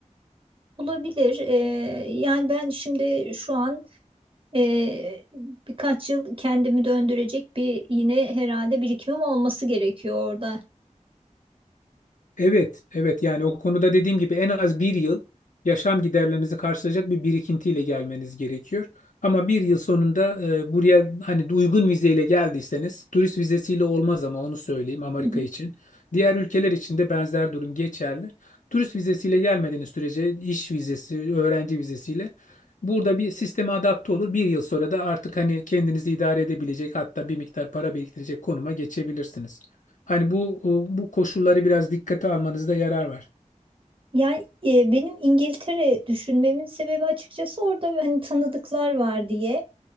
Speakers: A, on the right; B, on the left.
A: Olabilir. E, yani ben şimdi şu an e, birkaç yıl kendimi döndürecek bir yine herhalde birikimim olması gerekiyor orada.
B: Evet, evet yani o konuda dediğim gibi en az bir yıl yaşam giderlerinizi karşılayacak bir birikintiyle gelmeniz gerekiyor. Ama bir yıl sonunda e, buraya hani uygun vizeyle geldiyseniz turist vizesiyle olmaz ama onu söyleyeyim Amerika
A: <laughs>
B: için. Diğer ülkeler için de benzer durum geçerli. Turist vizesiyle gelmediğiniz sürece iş vizesi, öğrenci vizesiyle burada bir sisteme adapte olur. Bir yıl sonra da artık hani kendinizi idare edebilecek hatta bir miktar para biriktirecek konuma geçebilirsiniz. Hani bu bu koşulları biraz dikkate almanızda yarar var.
A: Yani e, benim İngiltere düşünmemin sebebi açıkçası orada bir hani tanıdıklar var diye.